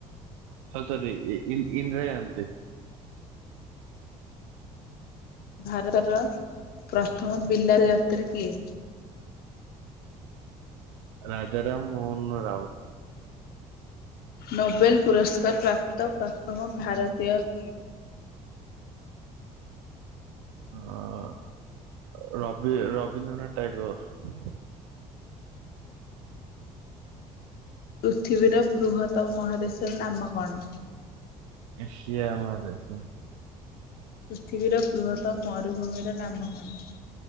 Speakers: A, on the right (about 90°); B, on the left (about 65°).
A: ଆଉ ସରି ଇନ୍ଦିରା ଗାନ୍ଧୀ।
B: ଭାରତର ପ୍ରଥମ ବିଲାତ ଯାତ୍ରୀ କିଏ?
A: ରାଜାରାମ ମୋହନ ରାଓ।
B: ନୋବେଲ ପୁରସ୍କାର ପ୍ରାପ୍ତ ପ୍ରଥମ ଭାରତୀୟ କିଏ?
A: ଅଁ ରବି ରବୀନ୍ଦ୍ରନାଥ ଟାଗୋର।
B: ପୃଥିବୀର ବୃହତ ମହାଦେଶର ନାମ କଣ?
A: ଏସିଆ ମହାଦେସ।
B: ପୃଥିବୀର ବୃହତ ମରୁଭୂମିର ନାମ କଣ?